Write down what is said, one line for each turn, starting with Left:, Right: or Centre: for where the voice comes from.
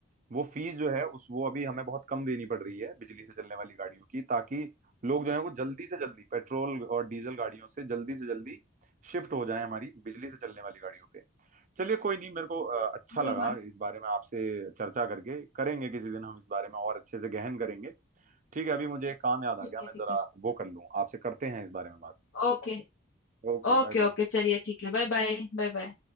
Right: वो फीस जो है उस वो अभी हमें बहुत कम देनी पड़ रही है बिजली से चलने वाली गाड़ियों की ताकि लोग जो है वो जल्दी से जल्दी पेट्रोल और डीजल गाड़ियों से जल्दी से जल्दी शिफ्ट हो जाए हमारी बिजली से चलने वाली गाड़ियों पे चलिए कोई नहीं मेरे को अ, अच्छा लगा
Left: बिल्कुल
Right: इस बारे में आपसे चर्चा करके करेंगे किसी दिन हम इस बारे में और अच्छे से गहन करेंगे ठीक है अभी मुझे एक काम याद आ
Left: ठीक
Right: गया
Left: है
Right: मैं
Left: ठीक
Right: जरा
Left: है
Right: वो कर लूँ आपसे करते हैं इस बारे में बात
Left: ओके
Right: Okay
Left: ओके
Right: bye bye
Left: ओके चलिए ठीक है बाय बाय बाय बाय